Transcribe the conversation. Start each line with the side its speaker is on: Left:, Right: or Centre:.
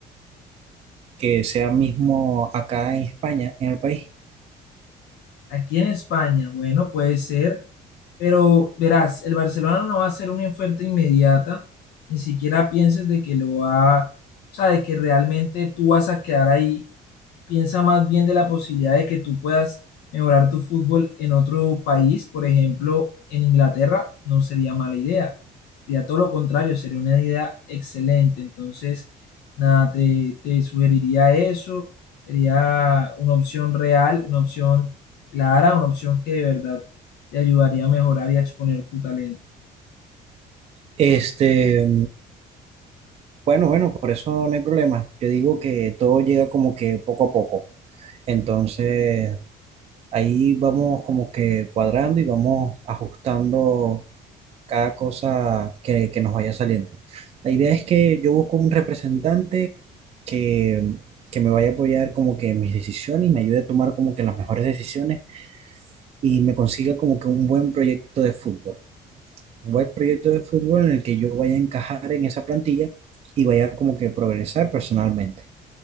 Right: que sea mismo acá en España, en el país.
Left: Aquí en España, bueno, puede ser, pero verás, el Barcelona no va a hacer una oferta inmediata, ni siquiera pienses de que lo va, o sea, de que realmente tú vas a quedar ahí piensa más bien de la posibilidad de que tú puedas mejorar tu fútbol en otro país, por ejemplo, en Inglaterra, no sería mala idea. Sería todo lo contrario, sería una idea excelente. Entonces, nada, te, te sugeriría eso. Sería una opción real, una opción clara, una opción que de verdad te ayudaría a mejorar y a exponer tu talento.
Right: Este, bueno, bueno, por eso no hay problema. Yo digo que todo llega como que poco a poco. Entonces... Ahí vamos como que cuadrando y vamos ajustando cada cosa que, que nos vaya saliendo. La idea es que yo busco un representante que, que me vaya a apoyar como que en mis decisiones y me ayude a tomar como que las mejores decisiones y me consiga como que un buen proyecto de fútbol. Un buen proyecto de fútbol en el que yo vaya a encajar en esa plantilla y vaya como que progresar personalmente.